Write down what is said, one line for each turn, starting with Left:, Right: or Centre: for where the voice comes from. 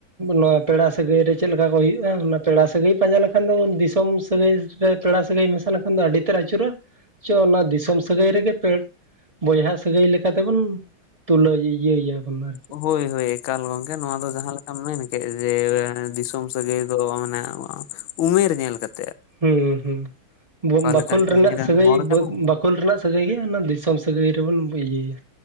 Right: ᱱᱚᱣᱟ ᱯᱮᱲᱟ ᱥᱟᱹᱜᱟᱹᱭ ᱨᱮ ᱪᱮᱫ ᱞᱮᱠᱟ ᱠᱚ ᱦᱩᱭᱩᱜ-ᱟ ᱚᱱᱟ ᱯᱮᱲᱟ ᱥᱟᱹᱜᱟᱹᱭ ᱯᱟᱸᱡᱟ ᱞᱮᱠᱷᱟᱱ ᱫᱚ ᱫᱤᱥᱚᱢ ᱥᱟᱹᱜᱟᱹᱭ ᱨᱮ ᱯᱮᱲᱟ ᱥᱟᱹᱜᱟᱹᱭ ᱢᱮᱥᱟ ᱞᱮᱠᱷᱟᱱ ᱫᱚ ᱟᱹᱰᱤ ᱛᱮᱫ ᱟᱹᱪᱩᱨᱚᱜ-ᱟ᱾ ᱪᱚ ᱚᱱᱟ ᱫᱤᱥᱚᱢ ᱥᱟᱹᱜᱟᱹᱭ ᱨᱮᱜᱮ ᱯᱮ ᱵᱚᱭᱦᱟ ᱥᱟᱹᱜᱟᱹᱭ ᱞᱮᱠᱟ ᱞᱮᱠᱟᱛᱮᱵᱚᱱ ᱛᱩᱞᱟᱹᱣ ᱤᱭᱟᱹᱭᱟᱵᱚᱱ ᱟᱨᱠᱤ
Left: ᱦᱳᱭ ᱦᱳᱭ ᱮᱠᱟᱞ ᱜᱚᱢᱠᱮ ᱱᱚᱣᱟ ᱫᱚ ᱡᱟᱦᱟᱸ ᱞᱮᱠᱟ ᱢᱮᱱ ᱠᱮᱫ-ᱟ ᱡᱮ ᱫᱤᱥᱚᱢ ᱥᱟᱹᱜᱟᱹᱭ ᱫᱚ ᱢᱟᱱᱮ ᱩᱢᱮᱨ ᱧᱮᱞ ᱠᱟᱛᱮ
Right: ᱦᱩᱸ ᱦᱩᱸ ᱵᱟᱠᱷᱳᱞ
Left: ᱞᱮᱠᱟᱱ ᱩᱢᱮᱨᱟᱱ
Right: ᱨᱮᱱᱟᱜ ᱥᱟᱹᱜᱟᱹᱭ
Left: ᱦᱚᱲ ᱠᱟᱱᱟᱭ
Right: ᱵᱟ ᱠᱷᱳᱞ ᱨᱮᱱᱟᱜ ᱥᱟᱹᱜᱟᱹᱭ ᱜᱮ ᱚᱱᱟ ᱫᱤᱥᱚᱢ ᱥᱟᱹᱜᱟᱹᱭ ᱨᱮᱵᱚᱱ ᱤᱭᱟᱹᱭᱟ